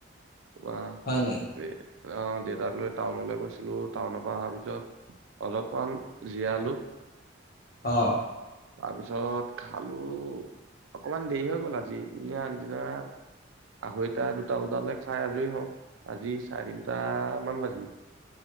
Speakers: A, on the right; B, on the left.
A: অ
B: হয় নেকি?
A: দেউতাক লৈ টাউনলৈ গৈছিলো টাউনৰ পৰা অহাৰ পিছত। অলপমান জীয়ালো।
B: অ
A: তাৰপিছত খালো অকমান দেৰি হৈ গ'ল আজি এ আনদিনা- আঢ়ৈটা দুটা বজালৈ খাই আজৰি হওঁ। আজি চাৰে তিনিটামান বাজিলে।